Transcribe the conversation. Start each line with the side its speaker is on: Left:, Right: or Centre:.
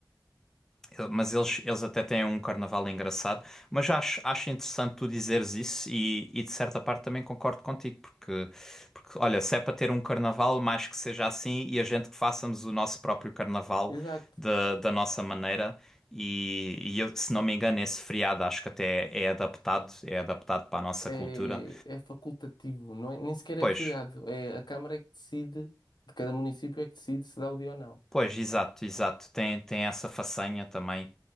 Centre: Ele- Mas eles, eles até têm um carnaval engraçado. Mas acho, acho interessante tu dizeres isso e, e de certa parte também concordo contigo, porque, porque olha, se é para ter um carnaval, mais que seja assim, e a gente que façamos o nosso próprio carnaval
Left: Exato.
Centre: da, da nossa maneira. E, e eu, se não me engano, esse feriado acho que até é adaptado, é adaptado para a nossa
Left: É,
Centre: cultura.
Left: é facultativo, não é, nem sequer é
Centre: Pois.
Left: feriado. É a Câmara é que decide, de cada município é que decide se dá o dia ou não.
Centre: Pois, exato, exato. Tem, tem essa façanha também.